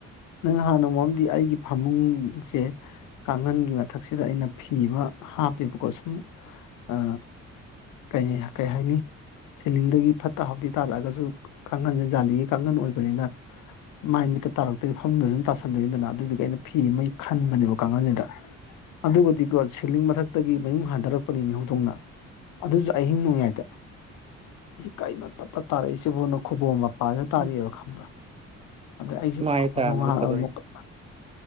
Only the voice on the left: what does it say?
ꯑꯩ ꯅꯍꯥꯟ ꯅꯣꯡꯃ ꯑꯃꯥꯗꯤ ꯑꯩꯒꯤ ꯐꯃꯨꯡꯁꯦ ꯀꯥꯡꯒꯟꯒꯤ ꯃꯊꯛꯁꯤꯗ ꯑꯩꯅ ꯐꯤ ꯑꯃ ꯍꯥꯞꯄꯦꯕꯀꯣ ꯁꯨꯝ ꯑ ꯀꯩ ꯀꯩ ꯍꯥꯏꯅꯤ ꯁꯦꯂꯤꯡꯗꯒꯤ ꯐꯠꯇ ꯍꯥꯎꯊꯤ ꯇꯥꯔꯛꯑꯒꯖꯨ ꯀꯥꯡꯒꯟꯖꯦ ꯖꯥꯂꯤꯒꯤ ꯀꯥꯡꯒꯟ ꯑꯣꯏꯕꯅꯤꯅ ꯃꯥꯏ ꯃꯤꯠꯇ ꯇꯥꯔꯛꯇꯣꯏ ꯐꯃꯨꯡꯗꯖꯨ ꯗꯨꯝ ꯇꯥꯁꯟꯗꯣꯏꯅꯤꯗꯅ ꯑꯗꯨꯗꯨꯒꯤ ꯑꯩꯅ ꯐꯤ ꯑꯃ ꯈꯟꯕꯅꯦꯕ ꯀꯥꯡꯒꯟꯖꯤꯗ ꯑꯗꯨꯒꯗꯤꯀꯣ ꯁꯤꯂꯤꯡ ꯃꯊꯛꯇꯒꯤ ꯃꯌꯨꯡ ꯍꯟꯗꯔꯛꯄꯅꯤ ꯃꯤ ꯍꯧꯗꯣꯡꯅ ꯑꯗꯨꯖꯨ ꯑꯍꯤꯡ ꯅꯣꯡꯌꯥꯥꯏꯗ ꯑꯩꯁꯦ ꯀꯩꯅꯣ ꯇꯠ ꯇꯠ ꯇꯥꯔꯛꯏꯁꯤꯕꫭꯅ ꯈꯨꯕꯣꯝ ꯃ ꯄꯥꯖꯤꯗ ꯇꯥꯔꯛꯑꯦꯕ
ꯈꯪꯕ꯭ꯔ ꯑꯗ ꯑꯩꯁꯦ
ꯅꯨꯡꯉꯥꯜ ꯂꯛꯑꯕꯅꯤꯀꫭ